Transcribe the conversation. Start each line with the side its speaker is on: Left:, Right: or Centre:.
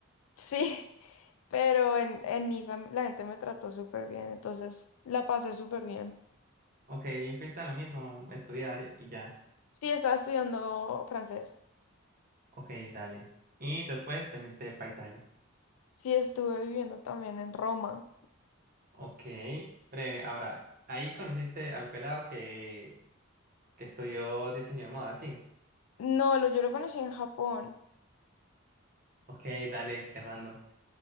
Left: sí, <laughs> pero en, en Niza la gente me trató súper bien, entonces la pasé súper bien.
Right: Ok, fuiste a lo mismo, estudiar y ya.
Left: Sí, estaba estudiando francés.
Right: Ok, dale. Y después te fuiste para Italia.
Left: Sí, estuve viviendo también en Roma.
Right: Ok, breve. Ahora, ahí conociste al pelado que, que estudió diseño de moda, sí.
Left: No, lo, yo lo conocí en Japón. <laughs>
Right: Ok, dale, qué random.